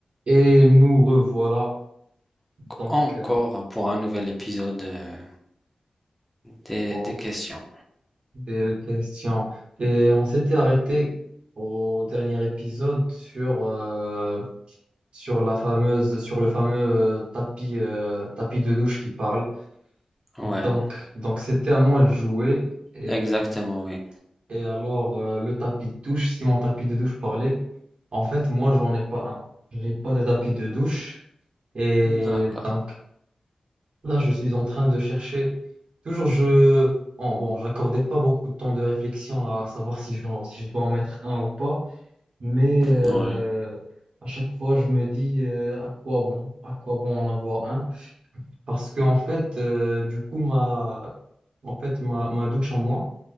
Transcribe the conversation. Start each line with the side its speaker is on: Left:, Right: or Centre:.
Right: Et nous revoilà donc
Centre: Encore
Right: euh,
Centre: pour un nouvel épisode euh, des,
Right: pour
Centre: des questions.
Right: des questions. Et on s'était arrêté au dernier épisode sur, euh, sur la fameuse, sur le fameux euh, tapis, euh, tapis de douche qui parle.
Centre: Ouais,
Right: Donc, donc c'était à moi de jouer. Et,
Centre: exactement, oui.
Right: et alors, euh, le tapis de douche, si mon tapis de douche parlait, en fait, moi, j'en ai pas un. J'ai pas de tapis de douche. Et
Centre: D'accord.
Right: donc, Là, je suis en train de chercher. Toujours, je. Bon, bon, j'accordais pas beaucoup de temps de réflexion à savoir si je, si je dois en mettre un ou pas. Mais euh,
Centre: Ouais,
Right: à chaque fois, je me dis euh, à quoi bon, à quoi bon en avoir un? Parce que, en fait, euh, du coup, ma, en fait, ma, ma douche à moi,